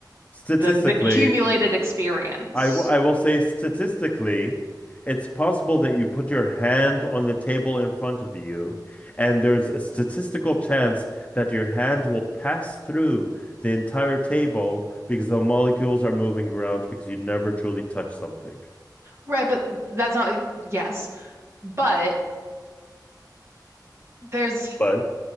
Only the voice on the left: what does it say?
Statistically,
I, w- I will say statistically, it's possible that you put your hand on the table in front of you, and there's a statistical chance that your hand will pass through the entire table because the molecules are moving around because you never truly touch something.
But